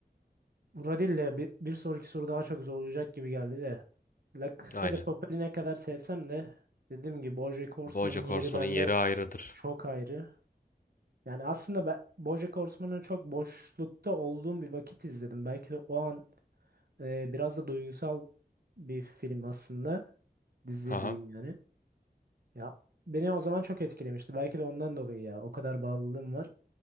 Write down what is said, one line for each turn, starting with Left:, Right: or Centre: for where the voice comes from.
Right: Buradille bir, bir sonraki soru daha çok zor olacak gibi geldi de. La Casa
Left: Aynen.
Right: de Papel'i ne kadar sevsem de dediğim gibi BoJack Horseman'ın
Left: BoJack
Right: yeri
Left: Horseman'ın
Right: bende
Left: yeri ayrıdır.
Right: çok ayrı. Yani aslında ben BoJack Horseman'ı çok boşlukta olduğum bir vakit izledim. Belki de o an e, biraz da duygusal bir film aslında. Dizi
Left: Haha.
Right: diyeyim yani. Ya beni o zaman çok etkilemişti. Belki de ondan dolayı ya. O kadar bağlılığım var.